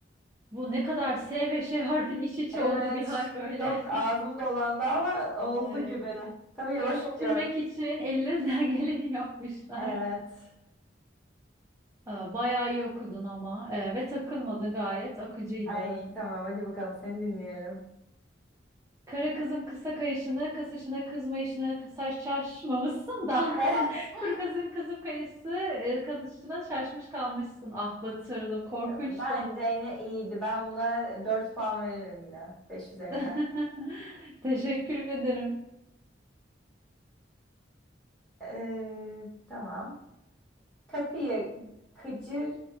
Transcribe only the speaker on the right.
Bu ne kadar S ve Ş harfin iç içe
olduğu bir hal böyle.
<laughs> Ay.
Sürtürmek
için ellerinden <laughs> geleni yapmışlar.
Aa, Bayağı iyi okudun ama Ee, ve takılmadın gayet akıcıydı.
Kara kızın kısa kayışını, kasışına kızmayışına kısa şaşmamışsın da <laughs>
kuru kızın kızıp kayısı e, kazışına şaşmış kalmışsın. Ah batırdım korkunçtu.
<laughs> Teşekkür ederim.